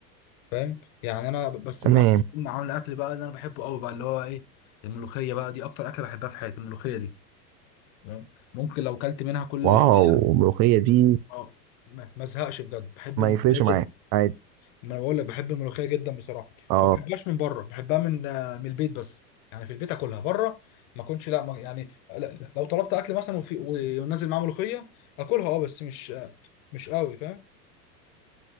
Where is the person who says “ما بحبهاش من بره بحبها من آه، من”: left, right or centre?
Left